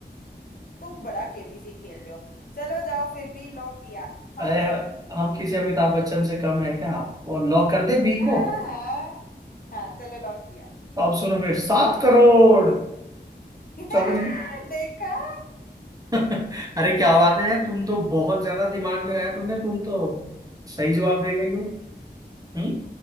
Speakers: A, on the left (about 50°); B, on the right (about 20°).
A: तुम बड़ा केबीसी खेल रहे हो चलो जाओ फिर भी लॉक किया महावीर
B: अरे
A: जी
B: हम
A: ऑप्शन
B: किसी अमिताभ
A: बी
B: बच्चन से कम है क्या और लॉक कर दे बी
A: हाँ
B: को
A: हाँ हाँ चलो लॉक किया
B: तो अब सुनो फिर सात करोड़
A: <laughs>
B: समझ गए
A: देखा
B: <laughs> अरे क्या बात है यार तुम तो बहुत ज्यादा दिमाग लगाया तुमने तुम तो सही जवाब दे गई हो हम्म